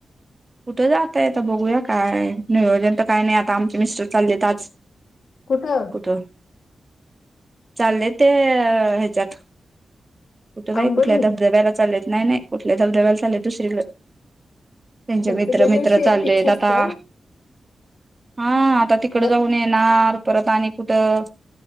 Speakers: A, on the right; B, on the left.
A: कुठं जाताय आता बघूया काय नियोजन तरकाय नाही आता आमचे मिस्टर चालले आहेत आज
B: कुठं?
A: कुठं चालले ते ह्यांच्यात कुठं बाई
B: आंबोली
A: कुठल्या धबधब्याला चाललेत नाही नाही कुठल्या धबधब्याला चाललेत दुसरीकडें त्यांचे
B: त्यांच
A: मित्र
B: दरवर्षी
A: मित्र चाललेत
B: एक फिक्स असते
A: आता हा आता तिकडं
B: द
A: जाऊन नेणार परत आणि कुठं